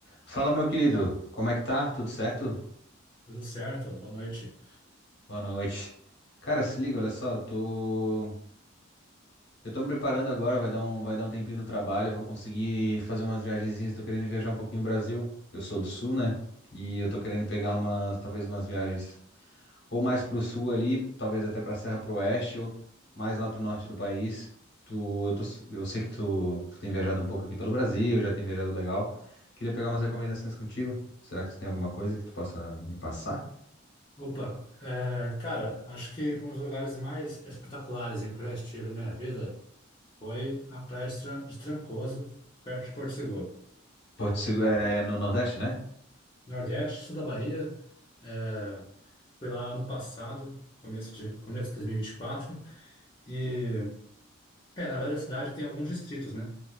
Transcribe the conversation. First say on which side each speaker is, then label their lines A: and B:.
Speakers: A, on the left; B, on the left.
A: Fala, meu querido. Como é que tá? Tudo certo?
B: Tudo certo, boa noite.
A: Boa noite. Cara, se liga, olha só, eu tô eu tô me preparando agora, vai dar um vai dar um tempinho do trabalho, eu vou conseguir fazer umas viagenzinhas, tô querendo viajar um pouquinho o Brasil. Eu sou do sul, né? E eu tô querendo pegar umas, talvez umas viagens ou mais pro sul ali, talvez até pra Serra pro Oeste ou mais lá pro norte do país. Tu, eu tô, eu sei que tu, tu tem viajado um pouco aqui pelo Brasil, já tem viajado legal. Queria pegar umas recomendações contigo. Será que tu tem alguma coisa que tu possa me passar?
B: Opa, é, cara, acho que um dos lugares mais espetaculares em que eu já estive na minha vida foi a Praia de Tran- de Trancoso, perto de Porto Seguro.
A: Porto Seguro, é no Nordeste, né?
B: Nordeste, sul da Bahia. é, fui lá ano passado, começo de, começo de 2024. E, vinte e quatro. E, é, na verdade, a cidade tem alguns distritos, né?